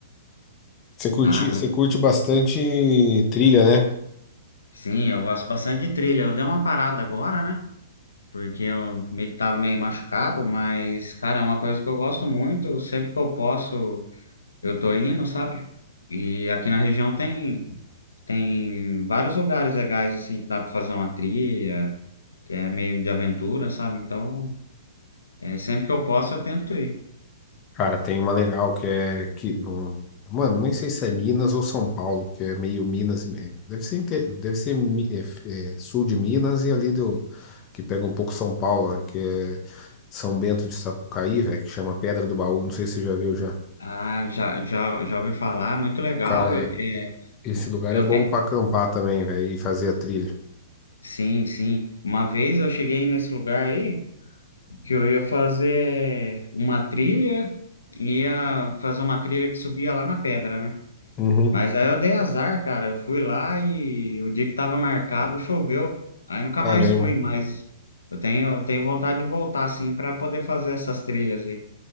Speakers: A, on the left (about 25°); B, on the left (about 75°).
A: Você curte,
B: Ah, muito.
A: você curte bastante trilha, né?
B: Sim, eu gosto bastante de trilha. Eu dei uma parada agora, né? Porque eu meio que tava meio machucado, mas, cara, é uma coisa que eu gosto muito. Sempre que eu posso, eu tô indo, sabe? E aqui na região tem, tem vários lugares legais, assim, que dá pra fazer uma trilha, que é meio de aventura, sabe? Então, é, sempre que eu posso, eu tento ir.
A: Cara, tem uma legal que é que no- mano, nem sei se é Minas ou São Paulo, que é meio Minas, me- deve ser inte- deve ser Mi- é, f- é, sul de Minas e ali do que pega um pouco São Paulo, né, que é São Bento de Sapucaí, velho, que chama Pedra do Baú, não sei se você já viu já.
B: Ah, já, já, já ouvi falar, muito legal.
A: Cara,
B: Eu,
A: é-
B: é,
A: é- esse lugar
B: eu
A: é bom
B: tenho.
A: pra acampar também, velho, e fazer a trilha.
B: Sim, sim. Uma vez eu cheguei nesse lugar aí que eu ia fazer uma trilha, ia fazer uma trilha que subia lá na pedra, né?
A: Uhum.
B: Mas aí eu dei azar, cara. Eu fui lá e o dia que tava marcado choveu. Aí nunca
A: Caramba,
B: mais fui, mas eu tenho, eu tenho vontade de voltar, assim, para poder fazer essas trilhas aí.